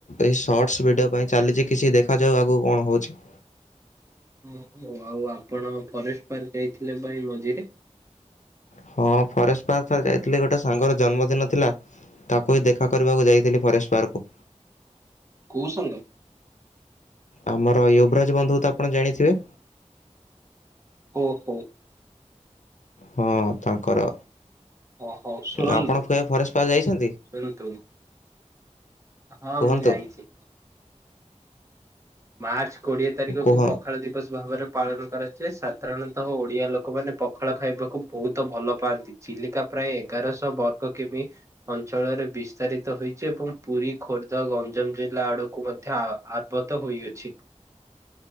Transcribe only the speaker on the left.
ଏଇ ସର୍ଟସ୍ ଭିଡିଓ ପାଇଁ ଚାଲିଛି କିଛି ଦେଖାଯାଉ ଆଗକୁ କଣ ହଉଛି।
ହଁ ଫରେଷ୍ଟ ପାର୍କ ଥରେ ଯାଇଥିଲି ଗୋଟେ ସାଙ୍ଗର ଜନ୍ମଦିନ ଥିଲା ତାକୁ ହିଁ ଦେଖା କରିବାକୁ ଯାଇଥିଲି ଫରେଷ୍ଟ ପାର୍କକୁ।
ଆମର ୟୁବରାଜ ବନ୍ଧୁ ତ ଆପଣ ଜାଣିଥିବେ।
ହଁ ତାଙ୍କର।
ଆପଣ ଫ ଫରେଷ୍ଟ ପା ଯାଇଛନ୍ତି?
କୁହନ୍ତୁ
କୁହ